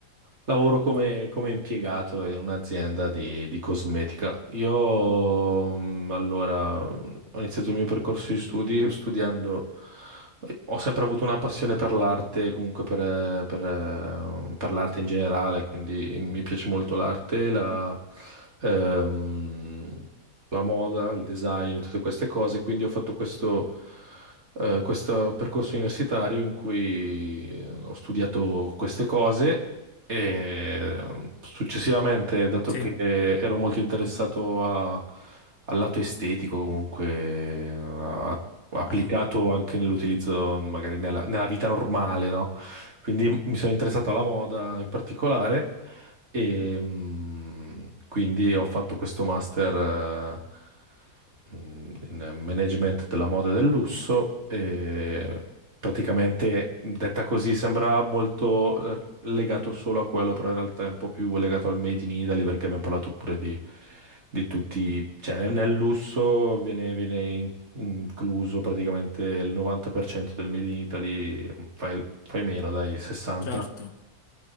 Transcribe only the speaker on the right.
lavoro come, come impiegato in un'azienda di, di cosmetica. Io, mm, allora, ho iniziato il mio percorso di studi studiando ho sempre avuto una passione per l'arte, comunque per, eh, per, eh, per l'arte in generale, quindi mi piace molto l'arte, la, ehm, la moda, il design, tutte queste cose. Quindi ho fatto questo, eh, questo percorso universitario in cui ho studiato queste cose e successivamente, dato
che ero molto interessato a- al lato estetico, comunque, a applicato
anche nell'utilizzo, magari nella, nella vita normale, no? Quindi mi sono interessato alla moda in particolare e mm, quindi ho fatto questo master eh, mh, in management della moda e del lusso e praticamente detta così sembra molto eh, legato solo a quello, però in realtà è un po' più legato al Made in Italy perché abbiamo parlato pure di, di tutti, cioè nel, nel lusso viene, viene incluso praticamente il 90% del Made in Italy, fai, fai meno, dai, il 60%,